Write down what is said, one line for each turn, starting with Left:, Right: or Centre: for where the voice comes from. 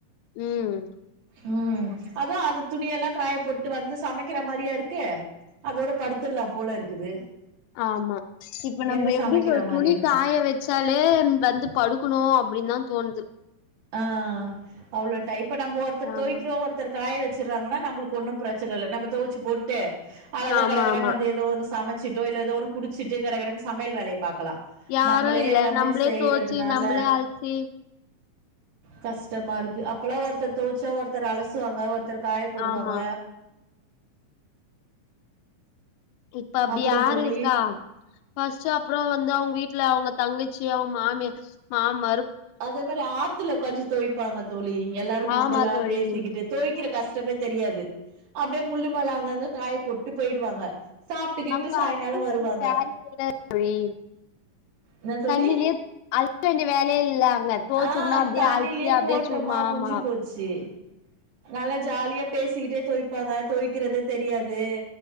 Left: ம்
Right: ம் அது அந்த துணியெல்லா காயப்போட்டு வந்து சமைக்கிற மாரியா இருக்கு அதோட படுத்தர்லாம் போல இருக்குது
Left: ஆமா இப்ப நம்ம
Right: எங்க
Left: எப்டி
Right: சமைக்கிற
Left: சொ
Right: மாரி
Left: துணி
Right: இருக்கு
Left: காய வச்சாலே வந்து படுக்கணு அப்டின்னுதா தோணுது
Right: ஆ அவ்ளோ டை இப்ப நம்போ ஒருத்தர்
Left: ஆமா
Right: தொவைக்கிறோ ஒருத்தர் காய வச்சுர்றாங்கன்னா நம்பளுக்கு ஒன்னும் பிரச்சன இல்ல நம்ம தொவச்சு போட்டு அழக
Left: ஆமா
Right: கடகடன்னு
Left: ஆமா
Right: வந்து எதோ ஒண்ணு சம ச்சுட்டோ இல்ல எதோ ஒன்ன குடிச்சிட்டு கடகடன்னு சமையல் வேலைய பாக்கலா
Left: யாரு
Right: நம்பளே
Left: இல்ல
Right: எல்லாமே
Left: நம்பளே
Right: செய்யறதுனால
Left: தோச்சு நம்பளே அலசி
Right: கஷ்டமா இருக்கு அப்பெல்லா ஒருத்தர் தொவச்சா ஒருத்தர் அலசுவாங்க ஒரு த்தர் காய போடுவாங்க
Left: ஆமா இப்ப அப்டி
Right: அப்புறோ
Left: யாரு
Right: தோழி
Left: இருக்கா ஃபஸ்ட்டு அ ப்றோ வந்து அவங்க வீட்ல அவங்க தங்கச்சி அவங்க மாமியா மாம்
Right: அத விட ஆத்துல உக்காஞ்சு தொவிப்பாங்க தோழி எல்லாரு கும்பலா
Left: ஆமா தோழி
Right: பேசிக்கிட்டு தொவிக்கிற கஷ் டமே தெரியாது. அப்டியே முள்ளு மேல அங்கங்க காய போட்டு போயிடுவாங்க சாப்ட்டு கீப்ட்டு
Left: அங்க
Right: சாயங்காலோ
Left: அல்ச
Right: வருவாங்க
Left: வேண்டிய வேலையே இல்ல தோழி
Right: என்ன தோழி
Left: தண்ணிலயே அல்ச வேண்டிய வேலையே இல்ல அங்க தோச்சோம்னா
Right: ஆ
Left: அப்டியே
Right: தண்ணிலயே
Left: அலசி அப்டியே
Right: போட்டமா
Left: சும்மா
Right: முட்ஞ்சி
Left: ஆமா
Right: போச்சு நல்லா ஜாலியா பேசிட்டே தொவிப்பாங்க தொவிக்கிறதே தெரியாது